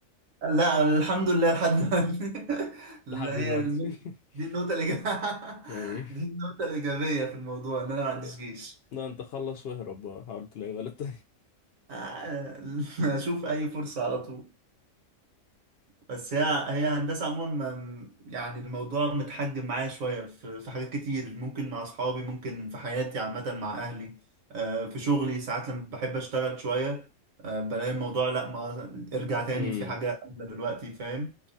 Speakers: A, on the right; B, on the left.
A: لا الحمد لله لحد دلوقتي <laughs>
B: <laughs>
A: اللي
B: لحد
A: هي
B: دلوقتي
A: النقطة
B: <laughs>
A: دي النقطة الإيجابية <laughs>
B: يعني
A: دي النقطة الإيجابية في الموضوع إن أنا ما
B: لا
A: عنديش جيش
B: لا، انت خلص واهرب بقى حاول تلاقي ولد
A: آه، <laughs> أشوف أي فرصة على طول بس هي هي هندسة عموما ما- يعني الموضوع متحجم معايا شوية في في حاجات كتير ممكن مع أصحابي ممكن في حياتي عامة مع أهلي آه، في شغلي ساعات لما بحب أشتغل شوية آه، بلاقي الموضوع لا ما ارجع تاني
B: تاني
A: في حاجة أولى دلوقتي فاهم